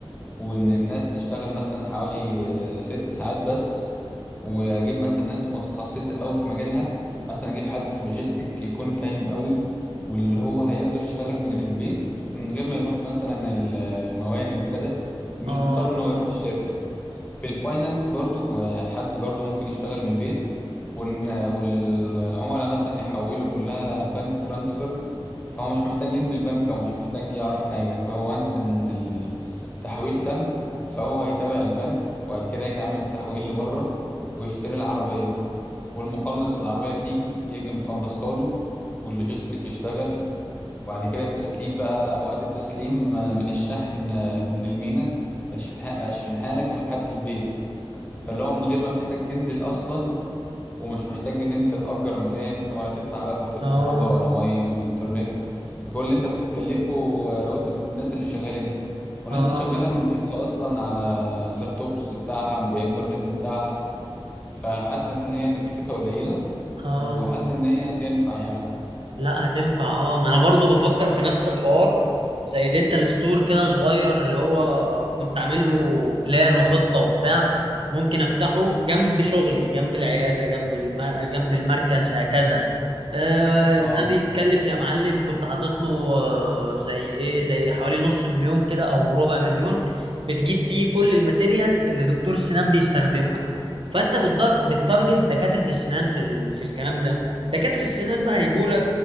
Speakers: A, on the left; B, on the right.
A: وإن الناس تشتغل مثلا حوالي آه، ست ساعات بس وأجيب مثلا ناس متخصصة أوي في مجالها مثلا أجيب حد في لوجيستيك يكون فاهم أوي واللي هو هيقدر يشتغل من البيت من غير ما يروح مثلا ال- المواني وكده مش
B: اه
A: مضطر إنه يروح الشركة في الفاينانس برضو آه، حد برضو ممكن يشتغل من البيت وإن- آه، والعملاء مثلا يحولوا كلها بنك ترانسفر فهو مش محتاج ينزل بنك او مش محتاج يعرف حاجة فهو وانس ان التحويل تم فهو هيتابع البنك وبعد كده يجي يعمل التحويل لبره ويشتري العربية والمخلص العربية تيجي يجي مخلصها له واللوجيستيك يشتغل وبعد كده التسليم بقى وقت التسليم آه، من الشحن آه، من المينا أشحنها أشحنها لك لحد البيت فاللي هو من غير ما تحتاج تنزل اصلا ومش محتاج ان انت تأجر مكان ولا تدفع بقى فواتير
B: اه
A: كهرباء ولا ميه ولا انترنت فكل اللي انت بتتكلفه رواتب الناس اللي شغاله دي والناس
B: اه
A: دي شغاله من بيتها اصلا على اللابتوبز بتاعها بانترنت بتاعها فحاسس ان هي تكلفتها قليله
B: اه
A: وحاسس ان هي هتنفع يعني
B: لا هتنفع اه ما انا برضو بفكر في نفس الحوار زي دينتال ستور كده صغير اللي هو كنت عامل له بلان وخطة وبتاع ممكن افتحه جنب شغلي جنب العيادة جنب الم... جنب المركز هكذا آه،
A: اه
B: ده بيتكلف يا معلم كنت حاطط له آه، زي ايه زي حوالي نص مليون كده او ربع مليون بتجيب فيه كل الماتيريال اللي دكتور السنان بيستخدمها فانت بتضر... بتارجت دكاترة السنان في ال... في الكلام ده دكاترة السنان بقى هيجوا